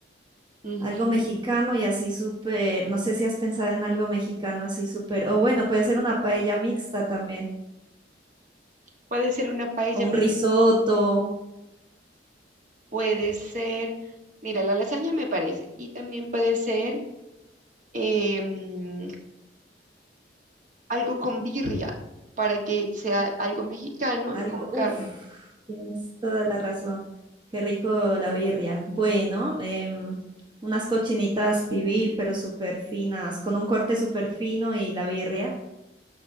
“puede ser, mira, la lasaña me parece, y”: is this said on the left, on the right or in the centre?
Right